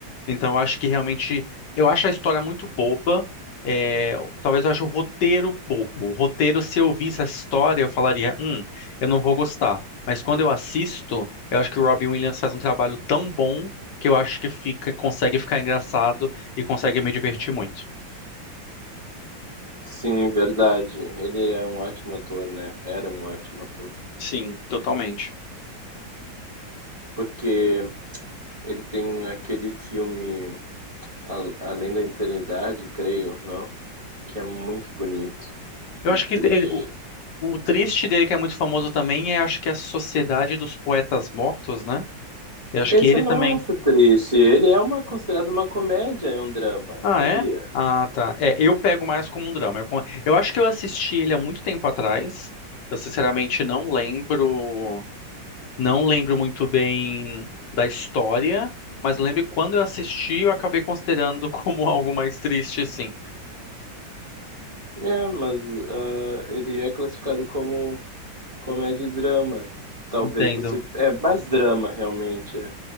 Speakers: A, on the left (about 65°); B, on the right (about 25°).
A: Então, eu acho que realmente. Eu acho a história muito boba. É, talvez eu ache o roteiro bobo. O roteiro, se eu visse essa história, eu falaria: hum, eu não vou gostar. Mas quando eu assisto, eu acho que o Robin Williams faz um trabalho tão bom que eu acho que fica, consegue ficar engraçado e consegue me divertir muito.
B: Sim, verdade. Ele é um ótimo ator, né? Era um ótimo ator.
A: Sim, totalmente.
B: Porque ele tem aquele filme A- Além da Eternidade, creio, não? Que é muito bonito,
A: Eu
B: muito
A: acho que
B: triste.
A: ele- o, o triste dele, que é muito famoso também, é acho que é a Sociedade dos Poetas Mortos, né? Eu acho
B: Esse
A: que ele
B: eu
A: também.
B: não acho triste. Ele é uma considerado uma comédia, é um drama,
A: Ah,
B: sabia?
A: é? Ah, tá. É, eu pego mais como um drama. Eu, con- eu acho que eu assisti ele há muito tempo atrás. Eu sinceramente não lembro, não lembro muito bem da história, mas lembro que quando eu assisti, eu acabei considerando <laughs> como algo mais triste, sim.
B: É, mas ah, ele é classificado como comédia e drama. Talvez
A: Entendo.
B: você. É mais drama, realmente. é.